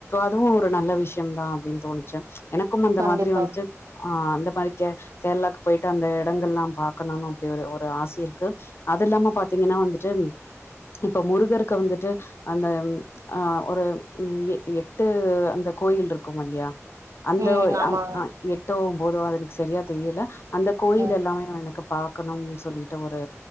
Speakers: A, on the left; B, on the right.
A: அதுவும் ஒரு நல்ல விஷயம் தான் அப்டின் தோணுச்சு எனக்கும் அந்த
B: கண்டிப்பா
A: மாதிரி வந்துட்டு ஆ அந்த மாரி கே கேரளாக்கு போயிட்டு அந்த எடங்கள்லா பாக்கணு அப்டி ஒரு ஒரு ஆசை இருக்கு அதுல்லாம பாத்தீங்கன்னா வந்துட்டு இப்ப முருகருக்கு வந்துட்டு அந்த ஆ ஒரு ம் எ ஏ எட்டு அந்த கோயில் இருக்குமா இல்லையா அந்த
B: ம்
A: ஓ
B: ஆமாங்க
A: எட்டோ போடுவா அதுக் சரியா தெரியல அந்த கோயில்
B: ம்
A: எல்லாமே எனக்கு பாக்கணுன் சொல்லிட்டு ஒரு